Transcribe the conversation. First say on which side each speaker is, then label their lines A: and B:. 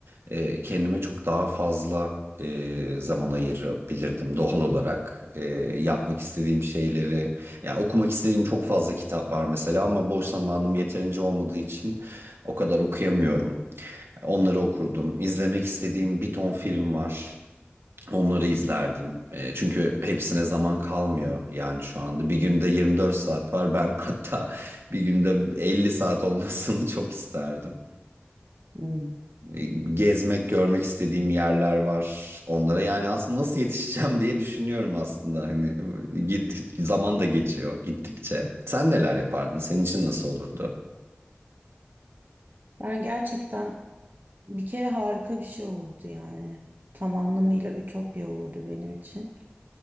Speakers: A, on the right; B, on the right.
A: e, kendime çok daha fazla e, zaman ayırabilirdim doğal olarak. E, yapmak istediğim şeyleri, yani okumak istediğim çok fazla kitap var mesela ama boş zamanım yeterince olmadığı için o kadar okuyamıyorum. Onları okurdum. İzlemek istediğim bir ton film var. Onları izlerdim. E, çünkü hepsine zaman kalmıyor yani şu anda. Bir günde 24 saat var. Ben <laughs> hatta bir günde 50 saat olmasını çok isterdim.
B: Hmm.
A: E, gezmek, görmek istediğim yerler var onlara. Yani aslında nasıl yetişeceğim diye düşünüyorum aslında. Hani git zaman da geçiyor gittikçe. Sen neler yapardın? Senin için nasıl olurdu?
B: Ben gerçekten bir kere harika bir şey olurdu yani. Tam anlamıyla ütopya olurdu benim için.